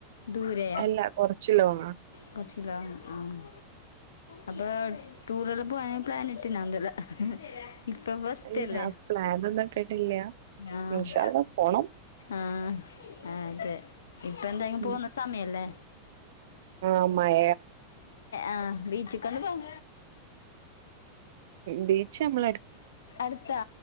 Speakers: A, on the left; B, on the right.
A: ദൂരെ
B: അല്ല കൊറച്ച് ലോങ്ങാ
A: കുറച്ച് ലോങ്ങ് ആഹ് അപ്പൊ ടൂർല്ലാം പോവാന് പ്ലൻ ഇട്ടന ഒതല്ല ഇപ്പൊ ഫസ്ല്ല്ലെ
B: ഇല്ല പ്ലാനൊന്നും ഇട്ടിട്ടില്ല
A: ആഹ്
B: ഇൻഷാ അള്ളാ പോണം
A: ആഹ് അതെ ഇപ്പ എന്തായങ്കും
B: ഉം
A: പോകുന്ന സമയല്ലേ..
B: ആഹ് മയ..
A: ആഹ് ബീച്ചിക്കൊന്ന് പോം
B: ബിച്ച്മ്മള്.
A: അട്ത്താ,